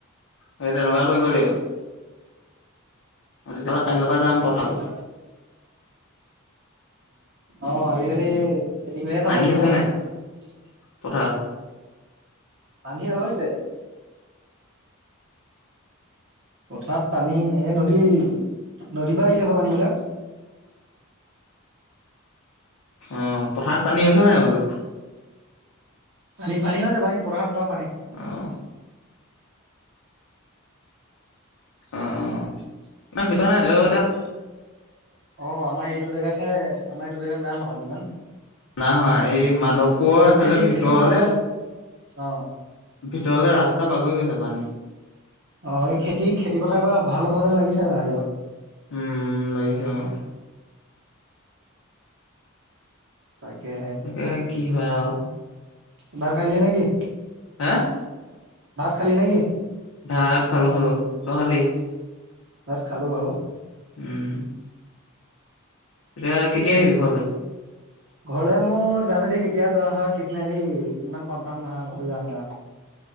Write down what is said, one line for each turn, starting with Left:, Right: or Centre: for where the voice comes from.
Left: সেই তেনেকুৱা কৰিব লাগিব। অ' তেতিয়াহ'লে কাইলৈৰ পৰা যাম পথাৰলে।
Right: এইবিলাক অ' আজিকালি খেতি কৰিহে খাব
Left: পানী
Right: লাগিব।
Left: হৈছে নাই পথাৰত
Right: পানী হৈছে। পথাৰত পানী, এই নদী- নদীৰ পৰা আহিছে আকৌ পানীবিলাক।
Left: অ' পথাৰত পানী হৈছে নাই বোলো?
Right: পানী- পানী হৈছে। পানী পথাৰত প
Left: অ'। অ' - অ'। ন বিছনা <unintelligible>
Right: অ' আমাৰ এইটো জেগাত হে- আমাৰ এইটো জেগাত নাই হোৱা ইমান।
Left: নাই হোৱা। এই মাধৱপুৰৰ
Right: এইবাৰ
Left: এইফালে
Right: খেতি
Left: ভিতৰলে
Right: খেতি ভাল হ'ব যে অ
Left: ভিতৰলে ৰাস্তা বাগৰি গৈছে পানী।
Right: অ' এই খেতি- খেতি পথাৰ এইবাৰ ভাল হ'ব যেন লাগিছে ৰাইজৰ।
Left: উম' লাগিছে অ'।
Right: তাকেহে।
Left: তাকে কি হয় আৰু।
Right: ভাত খালিয়ে নেকি?
Left: হেঁ?
Right: ভাত খালি নেকি?
Left: ভাত খালোঁ - খালোঁ। তই খালি?
Right: ভাত খালোঁ বাৰু।
Left: উম। এতিয়া কেতিয়া আহিবি ঘৰলৈ?
Right: ঘৰলৈ মোৰ জানো দে কেতিয়া যোৱা হয়, ঠিক নাই দেই। ইমান কনফাৰ্ম নহয় ঘৰ যোৱা <unintelligible>